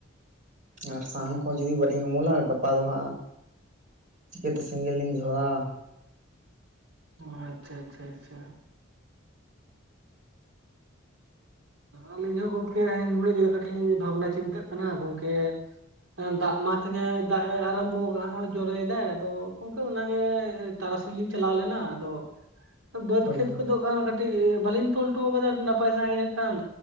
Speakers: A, on the right; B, on the right.
A: ᱟᱨ ᱥᱟᱦᱟᱱ ᱠᱚᱦᱚᱸ ᱡᱩᱫᱤ ᱵᱟᱹᱞᱤᱧ ᱩᱢᱩᱞᱟ ᱜᱟᱯᱟ ᱫᱚ ᱦᱟᱸᱜ? ᱪᱤᱠᱟᱹᱛᱮ ᱥᱮᱸᱜᱮ ᱞᱤᱧ ᱫᱷᱚᱨᱟᱣᱟ
B: ᱚ ᱟᱪᱪᱷᱟ ᱟᱪᱪᱷᱟ ᱟᱪᱪᱷᱟ᱾ ᱟᱹᱞᱤᱧ ᱦᱚᱸ ᱜᱚᱝᱠᱮ ᱧᱤᱫᱟᱹ ᱠᱟᱴᱤᱡ ᱞᱤᱧ ᱵᱷᱟᱵᱱᱟ ᱪᱤᱱᱛᱟᱹᱜ ᱠᱟᱱᱟ ᱜᱚᱝᱠᱮ ᱫᱟᱜ ᱢᱟ ᱛᱮᱦᱤᱧ ᱫᱟᱜ ᱮ ᱟᱨᱟᱢᱵᱷᱚ ᱠᱟᱜ ᱦᱚᱸ ᱡᱚᱨᱚᱭᱫᱟᱭ ᱟᱫᱚ ᱜᱚᱢᱠᱮ ᱚᱱᱟᱜᱮ ᱛᱟᱨᱟᱥᱤᱧ ᱞᱤᱧ ᱪᱟᱞᱟᱣ ᱞᱮᱱᱟ ᱟᱫᱚ ᱵᱟᱹᱫᱽ
A: ᱦᱳᱭ
B: ᱠᱷᱮᱛ
A: ᱦᱳᱭ
B: ᱠᱚᱫᱚ ᱠᱟᱹᱴᱤᱡ ᱵᱟᱞᱤᱧ ᱛᱚᱞ ᱦᱚᱴᱚ ᱠᱟᱫᱟ ᱱᱟᱯᱟᱭ ᱥᱟᱺᱦᱤᱡ ᱠᱷᱟᱱ